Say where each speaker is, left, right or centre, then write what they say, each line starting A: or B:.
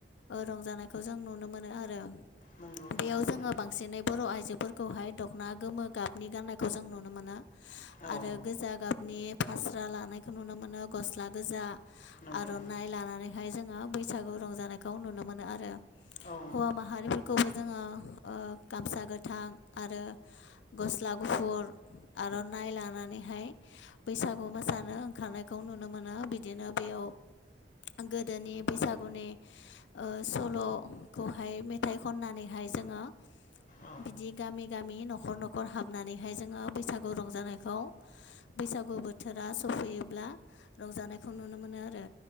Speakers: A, on the left; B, on the left.
A: ओ रंजानायखौ जों नुनो मोनो आरो
B: नंगौ नंगौ
A: बेयाव जोङो
B: थारैनो
A: बांसिनै बर' आइजोफोरखौहाय दख'ना गोमो गाबनि गाननायखौ जों नुनो मोनो।
B: औ
A: आरो गोजा गाब नि फास्रा लानायखौ नुनो मोनो गस्ला गोजा
B: नंगौ
A: आर'नाइ लानानै। हाय जोङो बैसागु रंजानायखौ नुनो मोनो आरो
B: औ
A: हौवा माहारिफोरखौ खौबो जोङो गामसा गोथां आरो गस्ला गुफुर आरो नाय लानानैहाय। बैसागु मोसानो ओंखारनायखौ नुनो मोनो बिदिनो बेयाव गोदोनि बैसागुनि सल'खौहाय मेथाइ खननानैहाय जोङो
B: औ
A: बिदि गामि गामि न'खर न'खर हाबनानैहाय जोङो बैसागु रंजानायखौ बैसागु बोथोरा सफैयोब्ला रंजानायखौ नुनो मोनो आरो